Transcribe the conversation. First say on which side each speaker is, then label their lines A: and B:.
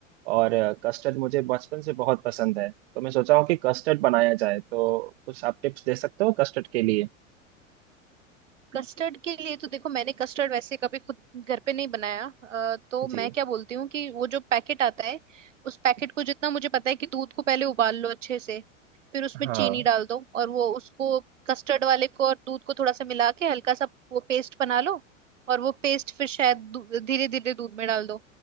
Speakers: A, on the right; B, on the right.
A: और कस्टर्ड मुझे बचपन से बहुत पसंद है तो मैं सोचा हूँ कि कस्टर्ड बनाया जाए तो कुछ आप टिप्स दे सकते हो कस्टर्ड के लिए
B: कस्टर्ड के लिए तो देखो मैंने कस्टर्ड वैसे कभी खुद घर पे नहीं बनाया अ, तो
A: जी
B: मैं क्या बोलती हूँ कि वो जो पैकेट आता है उस पैकेट को जितना मुझे पता है कि दूध को पहले उबाल लो अच्छे से फिर उसमें
A: हाँ
B: चीनी डाल दो और वो उसको कस्टर्ड वाले को और दूध को थोड़ा सा मिला के हल्का सा वो पेस्ट बना लो और वो पेस्ट फिर शायद धीरे धीरे दूध में डाल दो